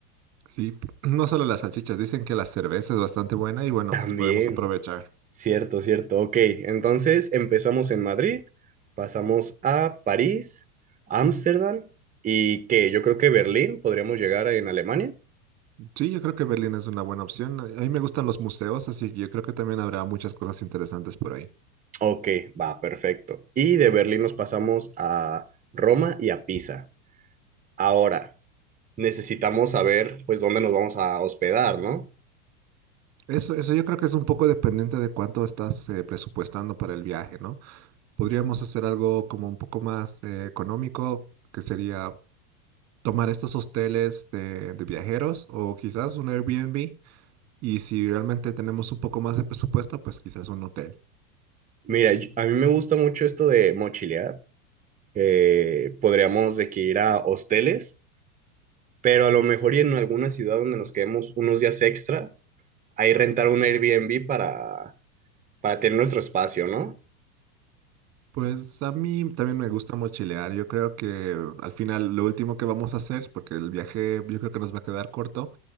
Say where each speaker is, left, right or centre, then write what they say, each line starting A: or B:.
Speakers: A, on the right; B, on the right.
A: Sí, <clears throat> no solo las salchichas, dicen que la cerveza es bastante buena y bueno,
B: También,
A: pues podemos aprovechar.
B: cierto, cierto. Ok, entonces empezamos en Madrid, pasamos a París, Ámsterdam y que yo creo que Berlín podríamos llegar en Alemania.
A: Sí, yo creo que Berlín es una buena opción. A a mí me gustan los museos, así que yo creo que también habrá muchas cosas interesantes por ahí.
B: Ok, va, perfecto. Y de Berlín nos pasamos a Roma y a Pisa. Ahora, necesitamos saber pues dónde nos vamos a hospedar, ¿no?
A: Eso, eso yo creo que es un poco dependiente de cuánto estás eh, presupuestando para el viaje, ¿no? Podríamos hacer algo como un poco más eh, económico, que sería tomar estos hosteles de, de viajeros o quizás un Airbnb. Y si realmente tenemos un poco más de presupuesto, pues quizás un hotel.
B: Mira, yo- a mí me gusta mucho esto de mochilear. Eh, podríamos de que ir a hosteles, pero a lo mejor y en alguna ciudad donde nos quedemos unos días extra, ahí rentar un Airbnb para, para tener nuestro espacio, ¿no?
A: Pues a mí también me gusta mochilear. Yo creo que al final lo último que vamos a hacer, porque el viaje yo creo que nos va a quedar corto,